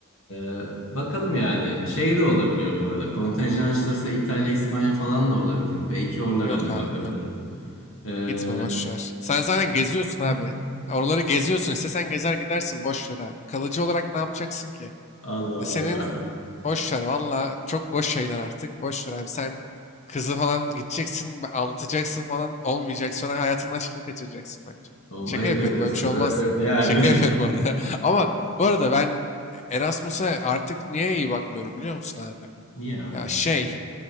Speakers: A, on the left; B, on the left.
A: E, bakalım yani şey de olabiliyor bu arada. Kontenjan açılırsa İtalya, İspanya falan da olabilir. Belki oralara
B: Yok
A: hani
B: abi
A: bakabilirim.
B: yok.
A: E,
B: Gitme boş ver. Sen zaten geziyorsun abi.
A: <laughs>
B: Ya Oraları geziyorsun. İstesen gezer gidersin. Boş ver abi. Kalıcı olarak ne yapacaksın ki?
A: Allah
B: E
A: Allah.
B: Senin boş ver. Valla çok boş şeyler artık. Boş ver abi. Sen kızı falan gideceksin. be- Aldatacaksın falan. Olmayacak. Sonra hayatının aşkını kaçıracaksın bence.
A: Oğlum
B: Şaka
A: ayıp
B: yapıyorum.
A: ediyorsun.
B: Böyle bir şey
A: Ö-
B: olmaz.
A: ö- yani.
B: Şaka <laughs> yapıyorum bu arada. <laughs> Ama bu arada ben Erasmus'a artık niye iyi bakmıyorum biliyor musun abi?
A: <laughs> Niye abi?
B: Ya şey...